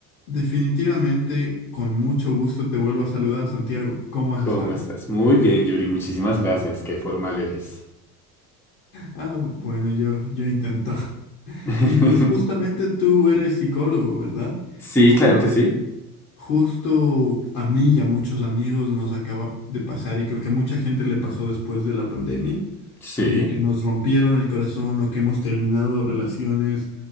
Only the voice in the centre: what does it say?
¿Cómo
estás? Muy bien, Yuri. Muchísimas gracias. Qué formal eres.
<laughs>
Sí,
claro que sí.
Sí.